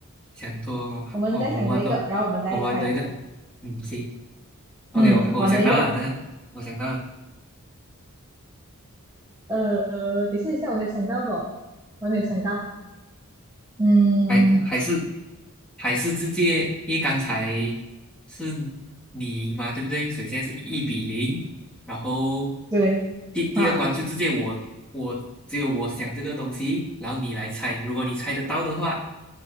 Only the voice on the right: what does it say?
我们再想多一个，
然后我们再猜。
嗯，
玩多一个。
呃，等一下，等一下，我没有想到过，我没有想到。嗯，
对，
啊，